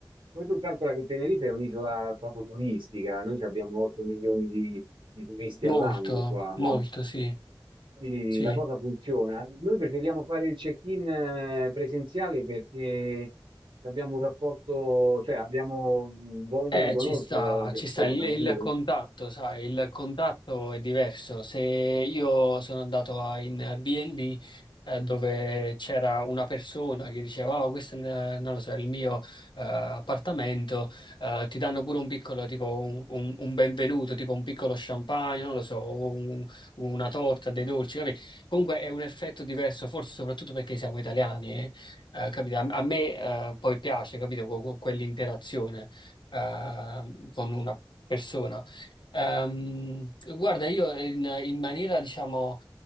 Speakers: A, on the right; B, on the left.
A: Poi tu calcola che Tenerife è un'isola proprio turistica, noi ci abbiamo 8 milioni di, di turisti
B: Molto,
A: all'anno qua,
B: molto,
A: no?
B: sì,
A: Quindi
B: sì.
A: la cosa funziona. Noi preferiamo fare il check-in eh, presenziale perché abbiamo un rapporto, cioè abbiamo mh, voglia
B: Eh,
A: di conoscerla
B: ci sta,
A: la persona,
B: ci sta il, il
A: capito?
B: contatto, sai, il contatto è diverso. Se io sono andato a- in B&B eh, dove c'era una persona che diceva, oh, questo è, il- non lo so, il mio eh, appartamento, eh, ti danno pure un piccolo, tipo un, un- un benvenuto, tipo un piccolo champagne, non lo so, un- una torta, dei dolci, capì? Comunque è un effetto diverso, forse soprattutto perché siamo italiani, eh, eh, capito? A, a me eh, poi piace, capito, que- que- quell'interazione eh, con una persona. Ehm, guarda, io in, in maniera, diciamo,